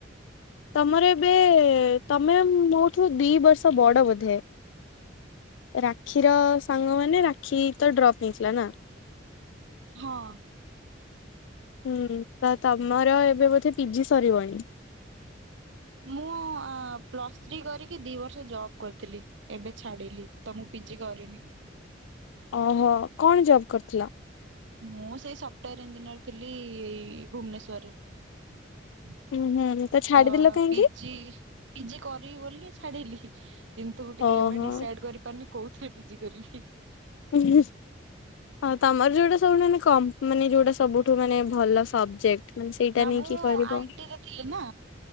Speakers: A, on the left; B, on the right.
A: ତମର ଏବେ ତମେ ମୋଠୁ ଦି ବର୍ଷ ବଡ ବୋଧେ। ରାକ୍ଷୀର ସାଙ୍ଗ ମାନେ ରାକ୍ଷୀ ତ ଡ୍ରପ୍ ନେଇଥିଲା ନାଁ
B: ହଁ
A: ହୁଁ ତ ତମର ଏବେ ବୋଧେ ପିଜି ସରିବଣି
B: ମୁଁ ଆ ପ୍ଲସ୍ ଥ୍ରୀ କରିକି ଦି ବର୍ଷ ଜବ୍ କରିଥିଲି ଏବେ ଛାଡିଲି ତ ମୁଁ ପିଜି କରିନି
A: ଓହୋ କଣ ଜବ୍ କରିଥିଲ
B: ମୁଁ ସେଇ ସଫ୍ଟୱାର ଇଞ୍ଜିନିୟର ଥିଲି ଏଇ ଭୁବନେଶ୍ୱରରେ
A: ହୁଁ ହୁଁ ଛାଡିଦେଲ
B: ତ
A: କାହିଁକି
B: ପିଜି ପିଜି କରିବି ବୋଲିଁ ଛାଡିଲି କିନ୍ତୁ ଟିକେ
A: ଓହୋ।
B: ଏବେ ଡିସାଇଡ କରି ତାହାନେ କୋଉଥିରେ ପିଜି କରିବି ହିଁ
A: ହୁଁହୁଁ ହଁ ତମର ଯୋଉଟା ସବୁଠୁ ମାନେ କମ ମାନେ ଯୋଉଟା ସବୁ ସବୁଠୁ ମାନେ ଭଲ ସବଜେକ୍ଟ ମାନେ ସେଇଟା
B: ନା
A: ନେଇକି
B: ମୁଁ
A: କରିବ।
B: ଆଇଟିରେ ଥିଲି ନା